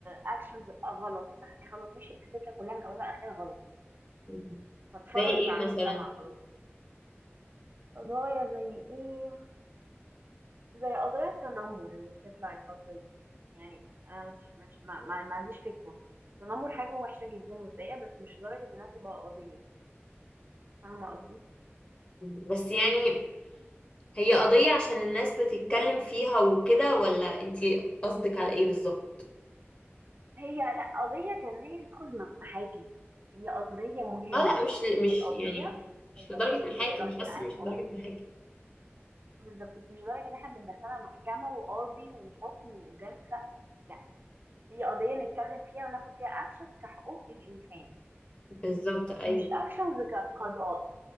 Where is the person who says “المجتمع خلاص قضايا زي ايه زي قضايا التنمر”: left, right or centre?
Right